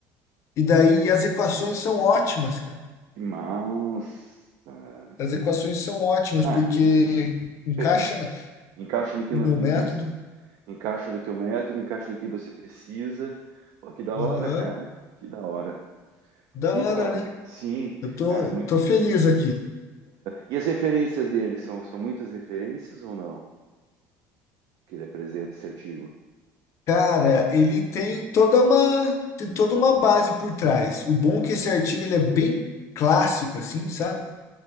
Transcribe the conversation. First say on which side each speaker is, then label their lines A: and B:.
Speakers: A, on the left; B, on the right.
A: e daí e as equações são ótimas,
B: Que,
A: cara.
B: que massa.
A: As
B: Que-
A: equações são ótimas,
B: Ah,
A: porque
B: então
A: encaixa
B: pe- isso,
A: na-
B: encaixa no que,
A: no
B: no,
A: meu método.
B: no que você- encaixa no teu método, encaixa no que você precisa. Pô, que da hora,
A: Aham.
B: cara. Que da hora.
A: Da
B: Que
A: hora,
B: da hora.
A: né?
B: Sim.
A: Eu tô,
B: Ah, muito,
A: tô feliz aqui.
B: E as referências dele são, são muitas referências ou não? Que ele apresenta esse artigo.
A: Cara, ele tem toda uma, tem toda uma base por trás. O bom é que esse artigo ele é bem clássico, assim, sabe?